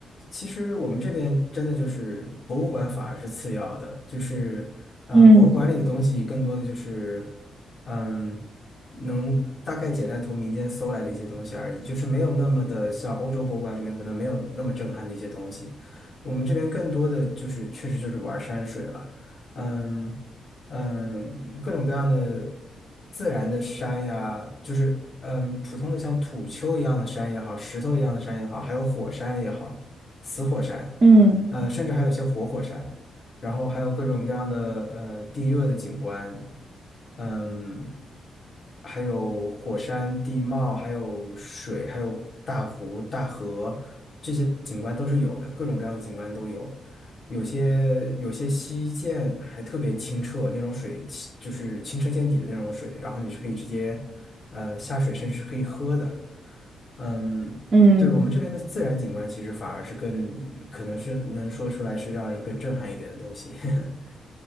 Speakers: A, on the left (about 30°); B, on the right (about 30°).
A: 其实我们这边真的就是博物馆反而是次要的，就是呃博物馆里的东西更多的就是
B: 嗯
A: 嗯能大概简单从民间搜来的一些东西而已，就是没有那么的像欧洲博物馆里面可能没有那么震撼的一些东西，我们这边更多的就是确实就是玩山水了，嗯。嗯，各种各样的自然的山呀，就是嗯，普通的像土丘一样的山也好，石头一样的山也好，还有火山也好，死火山，
B: 嗯
A: 呃，甚至还有些活火山，然后还有各种各样的呃地热的景观，嗯，还有火山地貌，还有水，还有大湖、大河，这些景观都是有的，各种各样的景观都有。有些有些溪涧还特别清澈，那种水清就是清澈见底的那种水，然后你是可以直接呃下水，甚至是可以喝的。嗯，
B: 嗯。
A: 对，我们这边的自然景观其实反而是更可能是能说出来是让人更震撼一点的东西。<laughs>